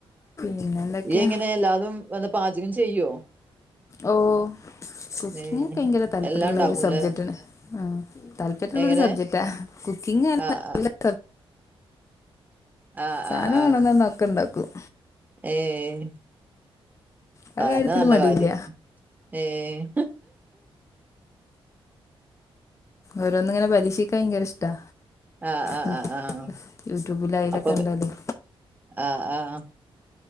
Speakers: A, on the left (about 30°); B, on the right (about 15°).
A: പിന്നെന്തൊക്കെയാ
B: ഇയ്യ് എങ്ങനെ എല്ലാതും വന്ന് പാചകം ചെയ്യോ
A: ഓഹ് കുക്കിംങ്
B: ഏഹ്
A: ഒക്കെ ഭയങ്കര താല്പര്യള്ള
B: എല്ലാം ഇണ്ടാക്കുംല്ലേ
A: ഒരു സബ്ജക്ട് ആണ്, ആഹ് താല്പര്യള്ള
B: എങ്ങനെ
A: ഒരു സബ്ജക്റ്റാ. കുക്കിംങ്
B: ആഹ്
A: <inaudible>
B: ആഹ്
A: <unintelligible>
B: ആഹ്
A: സാനം
B: ആഹ് ആഹ്
A: കൊണ്ടു വന്നു തന്ന ഒക്കെ ഇണ്ടാകും.
B: ഏഹ്
A: ആ
B: അതന്നെ
A: കാര്യത്തില്
B: നല്ല
A: മടിയില്ല
B: കാര്യം ഏഹ്
A: ഓരോന്ന് ഇങ്ങനെ പരീക്ഷിക്കാൻ ഭയങ്കര ഇഷ് ടാ,
B: ആഹ് ആഹ്
A: മ്
B: ആഹ് ആഹ്
A: യൂട്യൂബിലായ്ലൊക്കെ
B: അപ്പൊ
A: ഇണ്ടാവുലേ.
B: ആഹ് ആഹ്